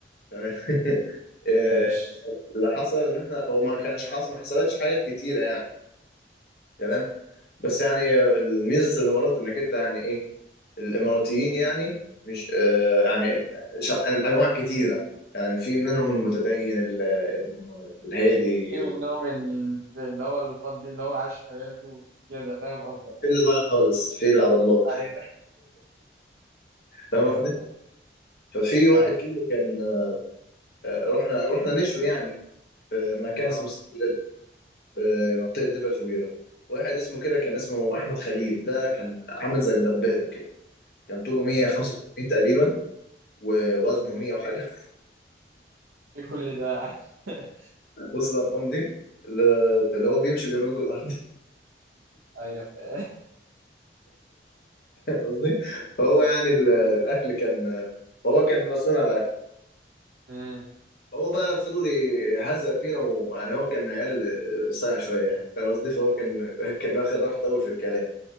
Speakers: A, on the left; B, on the right.
A: تمام. <laughs> آه،
B: ماشي.
A: اللي حصل ان احنا هو ما كانش حصل ما حصلتش حاجات كتيره يعني تمام بس يعني آه، الميزه في الامارات انك انت يعني ايه الاماراتيين يعني مش آه، يعني ش- انواع كتيره يعني في منهم المتدين ال- ال- الهادي
B: في منهم ال- اللي هو الفان دي اللي هو عاش حياته كده فاهم قصدك
A: في
B: ايوه
A: اللي ضايع خالص في اللي على الله
B: ايوه
A: فاهم
B: <laughs> ايوه
A: قصدي
B: فاهم
A: ففي واحد
B: فاهم
A: كده كان آه، رحنا رحنا نشوي يعني في مكان
B: اه
A: اسمه سيد بلاد في منطقه دبا الفجيره واحد اسمه كده كان اسمه احمد خليل ده كان عامل زي الدبابه كده كان طوله 185
B: مم.
A: تقريبا ووزنه 100 وحاجه <laughs>
B: في كل ده يعني. <laughs>
A: وصل الارقام دي اللي اللي هو بيمشي بيرج الارض
B: ايوه فاهم
A: فاهم قصدي فهو يعني ال- الاكل كان فهو كان مسؤول عن الاكل
B: مم.
A: هو بقى فضل يهزأ فينا ويعني هو كان من العيال اللي صايع شويه يعني فاهم قصدي فهو كان كان واخد راحته قوي في الكلام